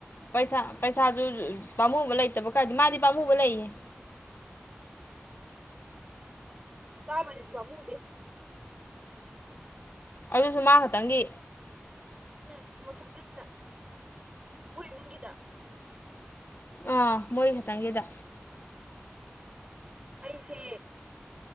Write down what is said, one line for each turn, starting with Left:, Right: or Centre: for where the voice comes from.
Left: ꯄꯩꯁꯥ ꯄꯩꯁꯥꯁꯨ ꯄꯥꯝꯃꯨꯕ ꯂꯩꯇꯕ ꯈꯔꯗꯤ ꯃꯥꯗꯤ ꯄꯥꯝꯃꯨꯕ ꯂꯩꯌꯦ
Right: ꯆꯥꯕꯩꯗꯤ ꯄꯥꯃꯨꯗꯦ
Left: ꯑꯗꯨꯁꯨ ꯃꯥ ꯈꯇꯪꯒꯤ
Right: ꯎꯝ ꯎꯝ ꯃꯊꯟꯗꯒꯤꯗ ꯍꯣꯏ ꯏꯃꯨꯡꯒꯤꯗ
Left: ꯑꯥ ꯃꯣꯏ ꯈꯇꯪꯒꯤꯗ
Right: ꯑꯩꯁꯦ